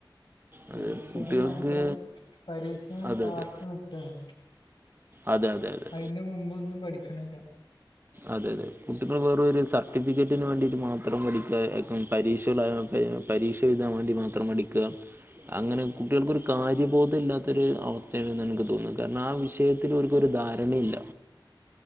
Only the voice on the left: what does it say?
പരീക്ഷക്ക്
മാത്രം പരീക്ഷ
കാത്തു
നിക്കാണ്.
അയിന്റെ മുമ്പൊന്നും പഠിക്കിണില്ല.